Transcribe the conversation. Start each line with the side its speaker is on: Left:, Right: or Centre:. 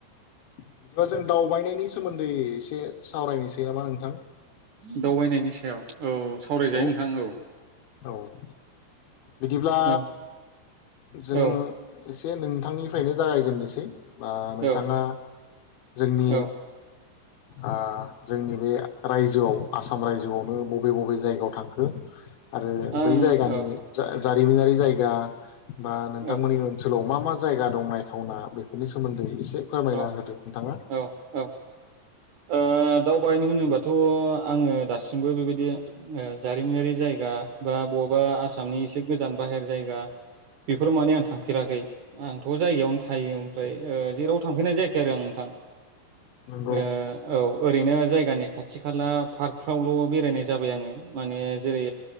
Left: बिदिबा जों दावबायनायनि सोमोन्दै एसे सावरायनोसै नामा नोंथां
Right: दावबायनायनि सायाव औ सावरायजायो
Left: नंगौ
Right: नोंथां औ
Left: औ । बिदिब्ला
Right: औ
Left: जों
Right: औ
Left: एसे नोंथांनिफ्रायनो जागायजेननोसै बा नोंथाङा
Right: औ
Left: जोंनि
Right: औ
Left: ओ जोंनि बे रायजोआव आसाम रायजोआवनो बबे बबे जायगायाव थांखो? आरो
Right: आं
Left: बै जायगानि
Right: औ
Left: जा जारिमनारि जायगा बा नोंथांमोननि
Right: औ
Left: ओनसोलाव मा मा जायगा दं नायथावना बेफोरनि सोमोन्दै एसे फोरमायना
Right: औ
Left: होदो नोंथाङा ।
Right: औ औ ओ दावबायनो होनोबाथ' आङो दासिमबो बेबायदि जारिमिनारि जायगा बा बबबा आसामनि एसे गोजान बाहेर जायगा बेफोराव माने आं थांफेराखै आंथ' जायगायावनो थायो ओमफ्राय जेरावबो थांफेरनाय जायाखै आरो आं नोंथां।
Left: नंगौ
Right: ओ औ
Left: ।
Right: ओरैनो जायगानि खाथि खाला पार्कफ्रावल' बेरायनाय जाबाय आङो माने जेरै